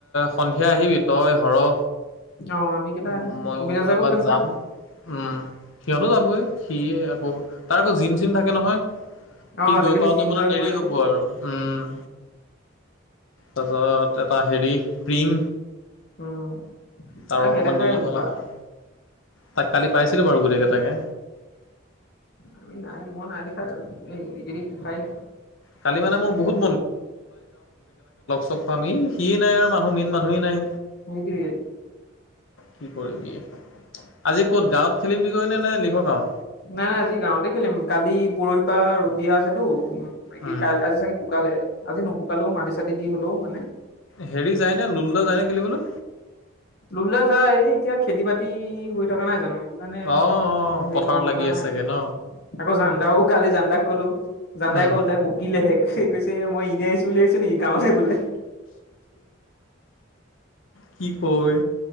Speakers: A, on the left; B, on the left.
A: সন্ধিয়া আহিবি তই সৰহ
B: অ আমি কেইটা
A: উ
B: আহিম
A: মই
B: অবিনাশাকো
A: এপাক
B: লৈ আহিবা
A: যাম উম সিহঁতো যাবই সি অ তাৰ আকৌ জিম চিম থাকে নহয়। সি
B: অ আজিকালি
A: গৈ পাওতে
B: জিম
A: মানে
B: জইন
A: দেৰি
B: কৰিলে
A: হ'ব আৰু উম। তাৰপিছত এটা হেৰি প্ৰিম
B: উম।
A: তাৰ
B: তাক
A: অকণমান
B: নেদেখাই
A: দেৰি
B: হলো
A: হৈ
B: বা
A: অহা। তাক কালি পাইছিলো বাৰু গোটেই কেইটাকে।
B: আমি নাই মই নাই দেখা কালি। এইকেইদিন দেখাই নাই।
A: কালি মানে মোৰ বহুত চ পাম ই সিয়েই নাই আৰু মানুহ মেইন মানুহেই নাই।
B: সেইটোৱে
A: কি কৰিবি আজি ক'ত গাঁৱত খেলিবিগৈ নে নে লিখ গাঁৱত?
B: নাই নাই আজি গাঁৱতে খেলিম। কালি পৰহিপা ৰ'দ দিয়া আছেতো।
A: উম
B: কি কাই আজি চাগে শুকালে আজি নুশুকালেও মাটি চাটি দি হলেও মানে
A: হেৰি যায় নে লুলো দা যায় নে খেলিবলে?
B: লুলো দা যায় এতিয়া খেতি বাতি হৈ থকা নাই জানো? সেইটো কাৰণে
A: অ অ
B: হেৰি
A: পথাৰত
B: মন
A: লাগি
B: কৰা
A: আছে
B: নাই।
A: চাগে ন
B: আকৌ জানদাও কালি জানদা ক ক'লো জানদাই
A: উম
B: আকৌ ওলোটাই বকিলেহে। কৈছে মই এনে আহিছো বুলি ভাবিছ নেকি? <unintelligible> বোলে। <inaudible>
A: কি কয়